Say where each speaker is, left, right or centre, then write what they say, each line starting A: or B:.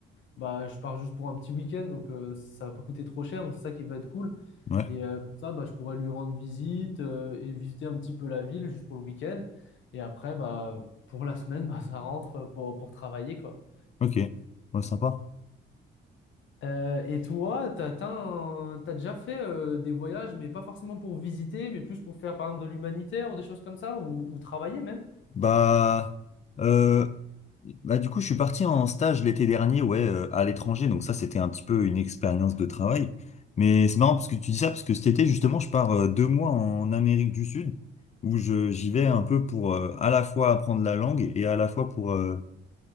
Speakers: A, on the left; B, on the left.
A: bah je pars juste pour un petit week-end, donc euh, ça va pas coûter trop cher, donc c'est ça qui va être cool.
B: Ouais,
A: Et euh, comme ça, bah, je pourrais lui rendre visite euh, et visiter un petit peu la ville juste pour le week-end. Et après, bah pour la semaine, <laughs> bah ça rentre pour, pour travailler quoi.
B: ok, ouais, sympa.
A: Euh, et toi, t'as, t'as un- t'as déjà fait euh, des voyages, mais pas forcément pour visiter, mais plus pour faire par exemple de l'humanitaire ou des choses comme ça, ou, ou travailler même?
B: Bah, euh, bah du coup, je suis parti en stage l'été dernier, ouais, euh, à l'étranger. Donc ça, c'était un petit peu une expérience de travail. Mais c'est marrant parce que tu dis ça, parce que cet été, justement, je pars euh, deux mois en Amérique du Sud, où je j'y vais un peu pour euh, à la fois apprendre la langue et à la fois pour euh,